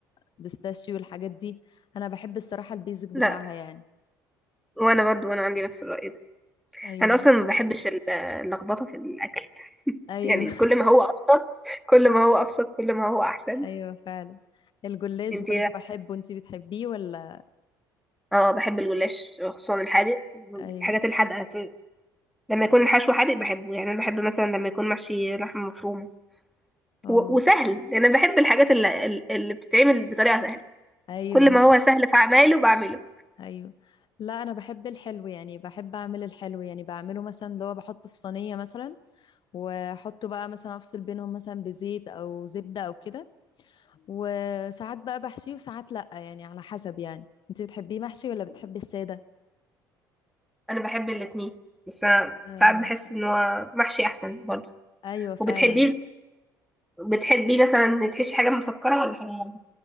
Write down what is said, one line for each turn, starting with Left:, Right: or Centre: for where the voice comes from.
Left: بيستاشيو الحاجات دي أنا بحب الصراحة البيزك بتاعها
Centre: لا
Left: يعني
Centre: وانا برضو وانا عندي نفس الرأي ده
Left: ايوه
Centre: انا اصلا ما بحبش ال- اللخبطه في الاكل
Left: أيوه
Centre: يعني كل ما هو ابسط كل ما هو ابسط كل ما هو احسن
Left: <laughs> أيوه فعلا الجلاش
Centre: انت
Left: برضه بحبه انتي بتحبيه ولا
Centre: اه بحب الجلاش خصوصا الحادق
Left: أيوه
Centre: الحاجات الحادقه في لما يكون الحشو حادق بحبه يعني انا بحب مثلا لما يكون محشي لحمه مفرومه
Left: أم،
Centre: و- وسهل لأن أنا بحب الحاجات اللي, اللي بتتعمل بطريقة سهلة
Left: أيوه
Centre: كل
Left: <laughs>
Centre: ما هو سهل في أعماله بعمله
Left: أيوه لا أنا بحب الحلو يعني بحب أعمل الحلو يعني بعمله مثلا اللي هو بحطه في صينية مثلا وأحطه بقى مثلا أفصل بينهم مثلا بزيت أو زبدة أو كده وساعات بقى بحشيه وساعات لأ يعني على حسب يعني انت بتحبيه محشي ولا بتحبي السادة
Centre: أنا بحب الاتنين بس أنا
Left: آه
Centre: ساعات بحس إن هو محشي أحسن برضه
Left: ايوه فعلا
Centre: وبتحبيه بتحبيه مثلا تحشي حاجة مسكرة ولا حاجة